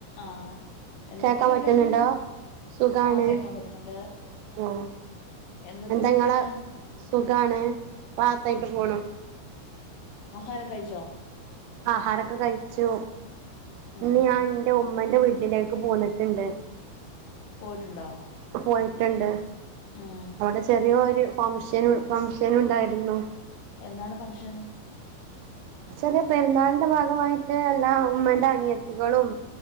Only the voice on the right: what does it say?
കേക്കാ പറ്റുന്നുണ്ടോ
സുഖാണ്
ഓ
എന്തെങ്ങളെ
സുഖാണ് റഹത്തായിട്ട് പോണു
ആഹാരൊക്കെ കഴിച്ചു
ഇന്ന് ഞാൻ ഇന്റെ ഉമ്മന്റെ വീട്ടില്ലേക്ക് പോന്ന്ട്ട്ണ്ട്
പോയിട്ട്ണ്ട്
അവിടെ ചെറിയ ഒരു ഫംഷൻ ഫംഗഷൻ ഉണ്ടായിരുന്നു
ചെറിയ പെരുന്നാളിന്റെ ഭാഗമായിട്ട് എല്ലാ ഉമ്മന്റെ അനിയത്തികളും